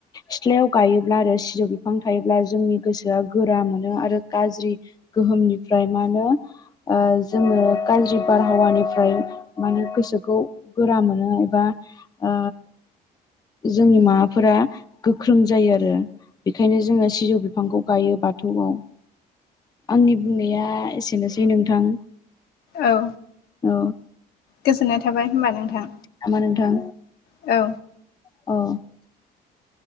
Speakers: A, on the left; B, on the left.
A: सिथ्लायाव गायोब्ला आरो सिजौ बिफां थायोब्ला जोंनि गोसोआ गोरा मोनो आरो गाज्रि गोहोमनिफ्राय मा होनो जोङो गाज्रि बारहावानिफ्राय माने गोसोखौ गोरा मोनो एबा ओ जोंनि माबाफोरा गोख्रों जायो आरो बेखायनो जोङो सिजौ बिफांखौ गायो बाथौआव आंनि बुंनाया एसेनोसै नोंथां।
B: औ
A: औ
B: गोजोननाय थाबाय होनबा नोंथां।
A: नामा नोंथां
B: औ
A: औ